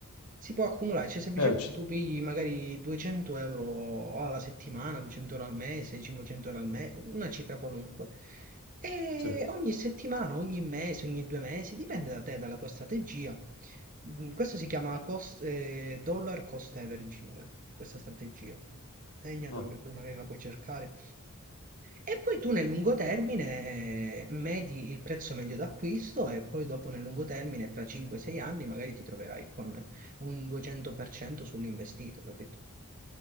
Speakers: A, on the right; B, on the left.
A: Si può accumulare, cioè semplicemente
B: Eh, c
A: tu pigli magari 200 euro alla settimana, 200 euro al mese, 500 euro al mese, una cifra qualunque, e
B: sì.
A: ogni settimana, ogni mese, ogni due mesi, dipende da te, dalla tua strategia. Mm, Questo si chiama cost- eh, dollar cost averaging, questa strategia. Segnatelo
B: Ah,
A: che poi magari la puoi cercare. E poi tu nel lungo termine eh, medi il prezzo medio d'acquisto e poi dopo nel lungo termine, fra 5-6 anni, magari ti troverai con un 200% sull'investito, capito?